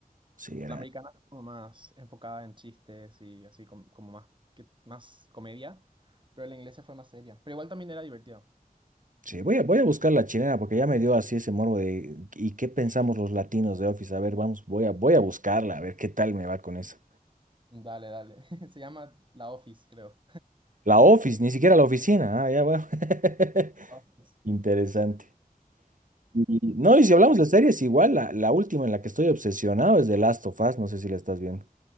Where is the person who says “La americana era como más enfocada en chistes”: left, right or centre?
Right